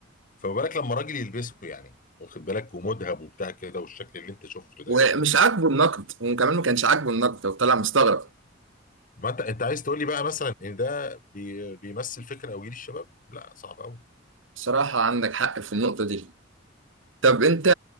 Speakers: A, on the left; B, on the right.
A: فما بالك لما راجل يلبسه يعني واخد بالك ومذهب وبتاع كده والشكل اللي انت شفته ده
B: ومش
A: يعني
B: عاجبه النقد هو كمان ما كانش عاجبه النقد وطلع مستغرب
A: ما انت انت عايز تقول لي بقى مثلا ان ده بي بيمثل فكره او جيل الشباب لا صعب قوي
B: بصراحه عندك حق في النقطه دي طب انت